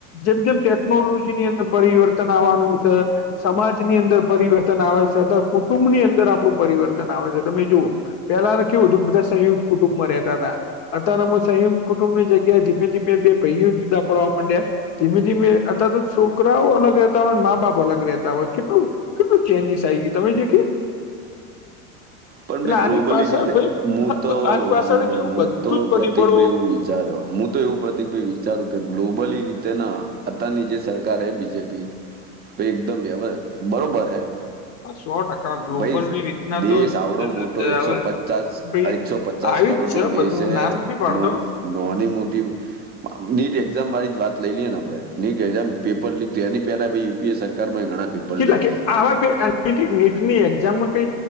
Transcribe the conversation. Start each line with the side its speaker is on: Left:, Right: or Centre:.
Left: જેમ જેમ ટેકનોલોજી ની અંદર પરિવર્તન આવવાનું છે. સમાજની અંદર પરિવર્તન આવે છે કુટુંબ ની અંદર આપણું પરિવર્તન આવે છે તો ભાઈ જુઓ પેલાને કેવું હતું બધા સંયુક્ત કુટુંબમાં રહેતા હતા અત્યારે અમમે સંયુક્ત કુટુંબ ની જગ્યાએ ધીમે ધીમે બે ભાઇઓ જુદા પડવા માંડ્યા ધીમે ધીમે અત્યારે તો છોકરાઓ અલગ રહેતા હોય મા-બાપ અલગ રહેતા હોય કેટલું કેટલું ચેન્જીસ આ આવી ગય તમે જે કે
Right: પણ
Left: એટલે
Right: ભાઈ
Left: આની
Right: ગ્લોબલ
Left: પાછળ
Right: એ રીતે
Left: ભાઈ
Right: હું તો
Left: આની
Right: હું
Left: પાછળ કેવું
Right: હું
Left: બધું
Right: તો
Left: જ પરિબળો
Right: પ્રતિક ભાઈ એવું વિચારું હું તો એવું પ્રતિકભાઈ વિચારું કે ગ્લોબલી રીતે ના અત્યારની જે સરકાર એ બીજેપી એકદમ બરોબર હે
Left: સો ટકા ગ્લોબલની
Right: ભાઈ
Left: રીતના
Right: દેશ
Left: તો
Right: થોડો મોટો
Left: ભાઈ આવી
Right: એકસો પચાસ
Left: જ
Right: એકસો પચાસ કરોડ
Left: છે
Right: નો દેશ
Left: બધું હું ના નથી પાડતો
Right: નોંધ નાની મોટી નીટ એક્ઝામ વાળી જ વાત લઈ લઈએ ને આપણે નીટ એક્ઝામ પેપર લીક તો તેની પહેલા ભાઈ યુપીએ સરકારમાં ઘણા પેપર
Left: કેટલા
Right: લીક
Left: કે
Right: થયા
Left: આવા નીટની એક્ઝામમાં કઈ